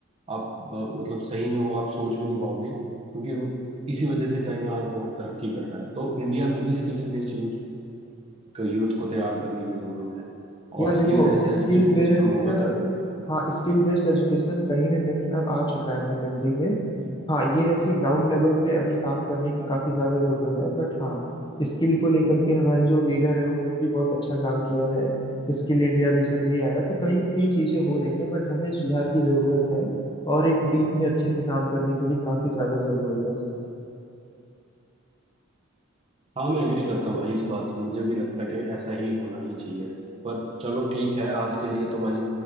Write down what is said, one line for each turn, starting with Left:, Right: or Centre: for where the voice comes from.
Right: आप अ, मतलब सही में वो आप सोच भी नहीं पाओगे क्योंकि उन इसी वजह से चाइना आज बहुत तरक्की कर रहा है तो इंडिया में भी स्किल बेस्ड यूथ यूथ को तैयार करने की जरूरत है
Left: या
Right: और स्किल
Left: देखो
Right: बेस्ड एजुकेशन
Left: स्किल बेस्ड
Right: सिस्टम होगा तो
Left: हाँ स्किल बेस्ड एजुकेशन कहीं ना कहीं अब आ चुका है अपने कंट्री में हाँ ये है कि ग्राउंड लेवल पे अभी काम करने की काफी ज्यादा जरूरत है बट हाँ स्किल को लेकर के हमारे जो लीडर हैं उन्होंने भी बहुत अच्छा काम किया है स्किल इंडिया मिशन भी आया तो कहीं ना कहीं चीजें हो रही हैं बट हमें सुधार की जरूरत है और एक डीप में अच्छे से काम करने की भी काफी ज्यादा जरूरत है
Right: हाँ मैं एग्री करता हूँ भाई इस बात से मुझे भी लगता है कि ऐसा ही होना ही चाहिए पर चलो ठीक है आज के लिए तो भाई